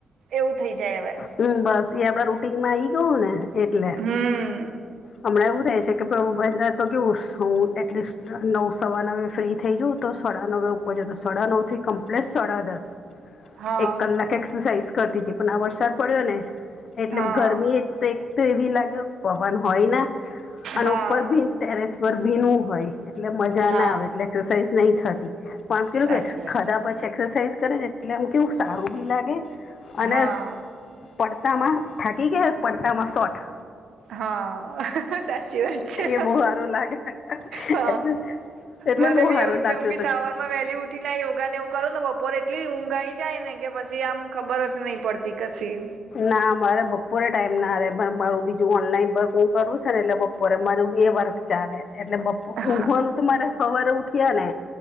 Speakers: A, on the right; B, on the left.
A: એવું થઈ જાય હવે.
B: હમ્મ બસ એ આપડા રૂટીનમાં આઈ ગયું ને એટલે,
A: હમ
B: હમણાં એવું થાય છે. તો, બંધ થાય તો કેવું શોવુ એટલીસ્ટ. નવ સવાનવે ફ્રી થઈ જઉ તો, સાડા નવે ઉપર જવ તો સાડા નવથી કમ્પ્લેટ સાડા દસ.
A: હા
B: એક કલાક એક્સસાઇઝ કરતી હતી પણ આ વરસાદ પડ્યો ને. એટલે
A: હા
B: ગરમી એક તો એક તો એવી લાગે પવન હોય ના અને
A: હા
B: ઉપર ભી. ટેરેસ પર ભીનું હોય, એટલે મજા
A: હા
B: ના આવે એટલે એક્સરસાઇઝ નહી થતી. <unintelligible> ખાધા
A: સાચી વાત છે
B: પછી એક્સસાઇઝ કરે ને એટલે આમ કેવું સારું બી લાગે.
A: હા.
B: અને પડતામાં થાકી ગયા, પડતામાં શોટ.
A: હ, સાચી વાત છે
B: એ બહુ સારું લાગે એટલે
A: હ.
B: એટલે
A: મને
B: બહુ
A: બી
B: સારું
A: એવું છે
B: લાગતું
A: <unintelligible>
B: હતું
A: મે વહેલી ઉઠીને યોગા ને એવું કરુંને બપોરે એટલી ઊંઘાઈ જાય ને કે પછી આમ ખબર જ નહીં પડતી. તી કસી.
B: ના મારે બપોરે ટાઈમ ના રહેે, મારું બીજું ઓનલાઈન વર્ક હું કરું છું ને એટલે બપોરે મારું બી એ વર્ક. ચાલે એટલે.
A: હા
B: ઉઘવાનું તો મારે સવારે ઉઠ્યા ને,